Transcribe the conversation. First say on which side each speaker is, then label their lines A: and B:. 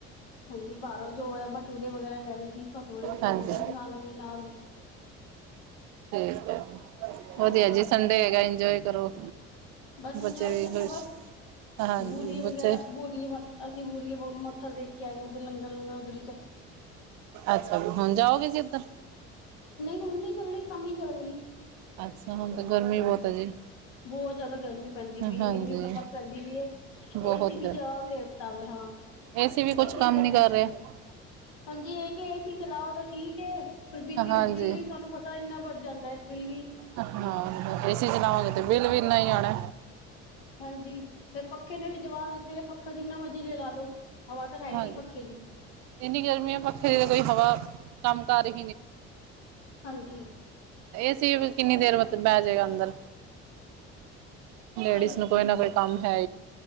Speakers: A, on the left; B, on the right.
A: ਹਾਂਜੀ ਬਾਹਰੋਂ ਜੋ ਹੈ ਬਟੂਰੇ ਵਗੈਰਾ ਕਹਿ ਰਹੇ ਸੀ ਪਟੂੜ ਬਟੂਰੇ
B: ਹਾਂਜੀ
A: ਮੰਗਉਣ ਲਗੇ ਨਾਲ
B: ਠੀਕ ਹੈ
A: ਹਾਂਜੀ
B: ਵਧੀਆ ਜੀ ਸੰਡੇ ਹੈਗਾ ਇੰਜੋਏ ਕਰੋ।
A: ਬਸ
B: ਬੱਚੇ
A: ਇੰਜੋਏ
B: ਵੀ
A: ਕਰਨਾ
B: ਖੁਸ਼
A: ਬਸ
B: ਹਾਂਜੀ
A: ਬੂੜੀਆਂ
B: ਬੱਚੇ
A: ਵਗੈਰਾ ਬੂੜੀ ਅਸੀਂ ਬੂੜੀਆਂ ਮੱਥਾ ਟੇਕੇ ਆਏ ਹਾਂ ਉਧਰ ਲੰਗਰ -ਲੰਗਰ ਉੱਧਰ ਹੀ <inaudible>
B: ਅੱਛਾ ਜੀ ਹੁਣ ਜਾਓਗੇ ਜੀ ਇੱਧਰ
A: ਨਹੀਂ ਹੁਣ ਨੀ ਚੱਲੀ ਸ਼ਾਮੀ ਚੰਗੀ
B: ਅੱਛਾ ਹੁਣ ਤੇ ਗਰਮੀ ਬਹੁਤ ਆ ਜੀ।
A: ਬਹੁਤ ਜਿਆਦਾ ਗਰਮੀ ਪੈਂਦੀ ਪਈ
B: ਹਾਂਜੀ
A: ਇੰਨੀ ਤਪੱਸ ਪੈਂਦੀ ਈ
B: ਬਹੁਤ
A: ਏਸੀ ਵੀ ਜਵਾਬ ਦੇ ਦਿੱਤਾ। ਹਾਂ।
B: ਏਸੀੇ ਵੀ ਕੁਛ
A: ਏਸੀ
B: ਕੰਮ
A: ਚ
B: ਨੀ ਕਰ ਰਹਾ।
A: ਹਾਂਜੀ ਇਹ ਕਿ ਏਸੀ ਚਲਾਓ ਤਾਂ ਠੀਕ ਏ। ਪਰ ਬੀਜੀ
B: ਹਾਂਜੀ
A: ਬਿੱਲ ਵੀ ਤੁਹਾਨੂੰ ਪਤਾ ਇੰਨਾ ਵਧ ਜਾਂਦਾ ਹੈ ਬਿੱਲ ਵੀ
B: ਹਾਂ ਏਸੀ ਚਲਾਵਾਂਗੇ ਤੇ ਬਿੱਲ ਵੀ ਇੰਨਾ ਹੀ ਆਣਾ।
A: ਹਾਂਜੀ ਫਿਰ ਪੱਖੇ ਨੇ ਵੀ ਜਵਾਬ ਦਿੱਤਾ। ਫੇਰ ਪੱਖਾ ਜਿੰਨਾ ਮਰਜ਼ੀ ਦੇ ਜਲਾ ਦੋ ਹਵਾ ਤਾਂ ਹੈ
B: ਹਾਂਜੀ
A: ਹੀ ਨਹੀਂ ਪੱਖੇ ਦੀ
B: ਇੰਨੀ ਗਰਮੀ ਹੈ ਪੱਖੇ ਦੀ ਤਾਂ ਕੋਈ ਹਵਾ ਕੰਮ ਕਰ <unintelligible> ਤੇ
A: ਹਾਂਜੀ
B: ਫੇਰ, ਕਿੰਨੀ ਦੇਰ ਮਤਲਬ ਬਹਿ ਜਾਏਗਾ ਅੰਦਰ। ਲੇਡੀਜ਼
A: ਤੇ
B: ਨੂੰ ਕੋਈ ਨਾ ਕੋਈ। ਕੰਮ, ਹੈ।